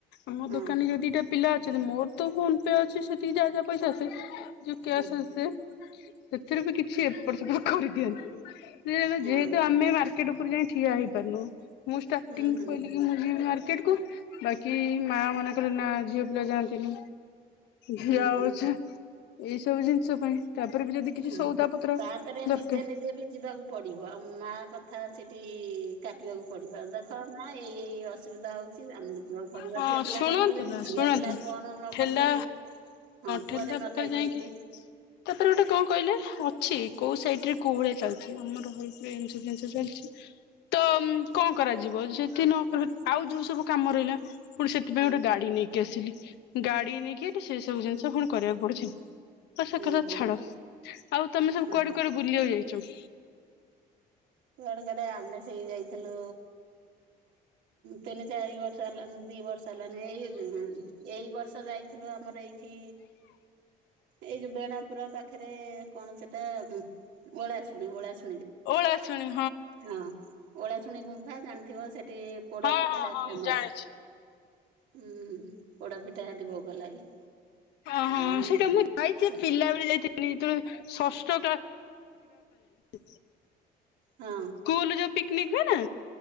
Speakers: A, on the left; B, on the right.
A: ଆମ
B: ହଁ
A: ଦୋକାନରେ ଯଦି ଏଇଟା ପିଲା ଅଛନ୍ତି ମୋର ତ ଫୋନ ପେ ଅଛି ସେଠକି ଯାହା ଯାହା ପଇସା ଆସେ ଯୋଉ କ୍ୟାସ୍
B: ହଁ
A: ଆସ ସେଥିରେ ବି କିଛି ଏପଟ ସେ କରିଦିଅନ୍ତି ଯେହେତୁ
B: ହଁ
A: ମାର୍କେଟ୍ ଉପରେ ଯାଇ ଠିଆ ହେଇ ପାରୁନୁ ମୁଁ ଷ୍ଟାଟିଙ୍ଗ
B: ହୁଁ
A: ରୁ
B: ହୁଁ
A: କହିଲି ମୁଁ ଯିବି ମାର୍କେଟ୍ ମାର୍କେଟ୍ କୁ ବାକି ମା ମନେ କଲେ ନା ଝିଅ ପିଲା ଯାଆନ୍ତିନି। ଝିଅ
B: ହୁଁ ହୁଁ
A: ହଉଛ ଏଇ ସବୁ ଜିନିଷ ପାଇଁ ତାପରେ ବି ଯଦି କିଛି
B: ହ
A: ସଉଦା ପତ୍ର
B: ତାପରେ ନିଜେ
A: ଦରକାର
B: ନିଜେ ବି ଯିବାକୁ ପଡିବ ଆଉ ମା କଥା ସେଠି କାଟିବାକୁ ପଡିବ ଦେଖ ମା ଏଇ ଅସୁବିଧା ହଉଛି ଆମକୁ ଯିବାକୁ ପଡିବ
A: ହଁ
B: ଝିଅ ପିଲା
A: ଶୁଣନ୍ତୁ
B: କାହିଁକି ଯିବେନି
A: ନା
B: ଝିଅ
A: ଶୁଣନ୍ତୁ
B: ପିଲା କଣ ନ
A: ଠେଲା
B: କରି ପାରିବେ। ହଁ
A: ଠେଲା
B: କୁଆଡେ ନ
A: ପାଖରେ
B: ଯାଇ
A: ଯାଇକି
B: ପାରିବେ।
A: ତାପରେ ଗୋଟେ କଣ କହିଲେ? ଅଛି କୋଉ ସାଇଡ ରେ କୋଉ ଭଳିଆ ଚାଲିଛି ଆମର ର ଏଠି ଏସବୁ ଜିନିଷ ଚାଲିଛି ତ କଣ କରାଯିବ ଯଦି ନକହିବେ ଆଉ ଯୋଉ ସବୁ କାମ ରହିଲା ପୁଣି ସେଥିପାଇଁ
B: ହଁ
A: ଗୋଟେ ଗାଡି ନେଇକି ଆସିଲି। ଗାଡି ନେଇକି ସେ ସବୁ ଜିନିଷ କଣ କରିବାକୁ ପଡୁଛି। ହ ସେ
B: ହୁଁ
A: କଥା
B: ହୁଁ
A: ଛାଡ ଆଉ ତମେ ସବୁ
B: ହଁ
A: କୁଆଡେ କୁଆଡେ ବୁଲିିବା ଯାଇଛ।
B: କୁଆଡେ କଡେ ଆମେ ସେଇ ଯାଇଥିଲୁ ତିନି ଚାରି ବର୍ଷ ହେଲା। ଦି ବର୍ଷ ହେଲାନ ଏଇ ଏଇ ବର୍ଷ ଯାଇଥିଲୁ ଆମର ଏଇଠି ଏଇ ଯୋଉ ବେଣାପୁରା ପାଖରେ କଣ ସେଟା ଓଳା ଶୁଣି ଓଳା ଶୁଣି
A: ଓଳା ଶୁଣି
B: ହଁ ଓଳା ଶୁଣି ଗୁମ୍ଫା ଜାଣିଥିବ ସେଠି ପୋଡ଼ାପିଠା
A: ହଁ ହଁ
B: ହେ
A: ହଁ
B: ଫେମସ
A: ମୁଁ ଜାଣିଛି।
B: ହୁଁ ପୋଡାପିଠା ସେଠି ଭୋଗ ଲାଗେ।
A: ଓ ହଁ
B: ଆଉ
A: ସେଇଟା ମୁଁ ଯାଇଛି
B: ସେ
A: ପିଲାବେଳେ ଯାଇଥିଲି ତେଣୁ ଷଷ୍ଠ <unintelligible>
B: ହଁ
A: ସ୍କୁଲ ଯୋଉ ପିକନିକ ହୁଏ ନା